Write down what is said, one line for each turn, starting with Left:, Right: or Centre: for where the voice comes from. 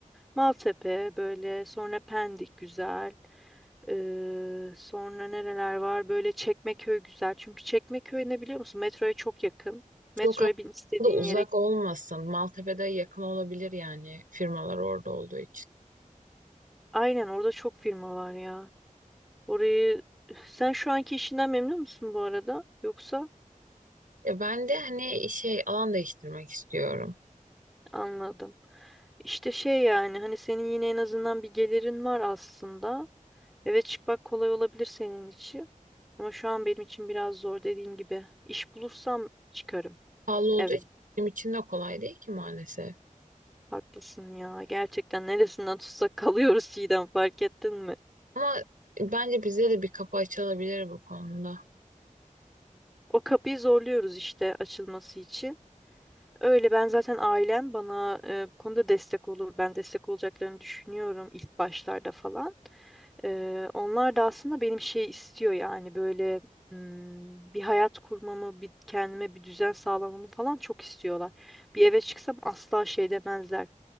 Centre: Maltepe böyle, sonra Pendik güzel. Ee, sonra nereler var? Böyle Çekmeköy güzel. Çünkü Çekmeköy ne biliyor musun? Metroya çok yakın. Metroya
Right: Yok aslında
Centre: bin istediğin
Right: uzak
Centre: yere.
Right: olmasın. Maltepe'de yakın olabilir yani firmalar orada olduğu için.
Centre: Aynen orada çok firma var ya. Orayı sen şu anki işinden memnun musun bu arada? Yoksa
Right: Ya ben de hani şey alan değiştirmek istiyorum.
Centre: anladım. İşte şey yani hani senin yine en azından bir gelirin var aslında. Evet çıkmak kolay olabilir senin için. Ama şu an benim için biraz zor dediğim gibi. İş bulursam çıkarım.
Right: Pahalı olduğu
Centre: Evet
Right: için benim için de kolay değil ki maalesef.
Centre: haklısın ya. Gerçekten neresinden tutsak <laughs> kalıyoruz Çiğdem fark ettin mi?
Right: Ama bence bize de bir kapı açılabilir bu konuda.
Centre: O kapıyı zorluyoruz işte açılması için. Öyle ben zaten ailem bana e, bu konuda destek olur. Ben destek olacaklarını düşünüyorum ilk başlarda falan. Ee, onlar da aslında benim şey istiyor yani böyle hmm, bir hayat kurmamı, bir kendime bir düzen sağlamamı falan çok istiyorlar. Bir eve çıksam asla şey demezler.